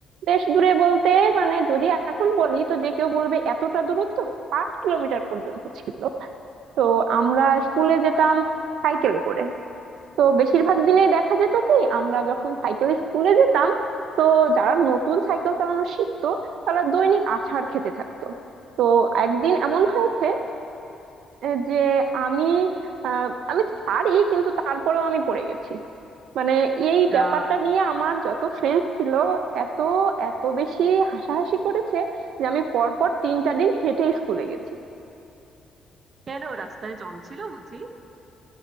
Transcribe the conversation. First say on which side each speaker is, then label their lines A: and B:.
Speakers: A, on the right; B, on the right.
A: বেশ দূরে বলতে মানে যদি এখন বলি তো যে কেউ বলবে এতটা দূরত্ব পাঁচ কিলোমিটার পর্যন্ত ছিল তো আমরা স্কুলে যেতাম সাইকেলে করে তো বেশিরভাগ দিনে দেখা যেত কি আমরা যখন সাইকেল স্কুলে যেতাম তো যারা নতুন সাইকেল চালানো শিখতো তারা দৈনিক আছাড় খেতে থাকতো তো একদিন এমন হয়েছে এ, যে আমি আহ, আমি পারি কিন্তু তারপরেও আমি পড়ে গেছি মানে এই
B: যা
A: ব্যাপারটা নিয়ে আমার যত ফ্রেন্ড ছিল এত এত বেশি হাসাহাসি করেছে যে আমি পরপর তিন চার দিন হেঁটে স্কুলে গেছি
B: কেন রাস্তায় জল ছিল বুঝি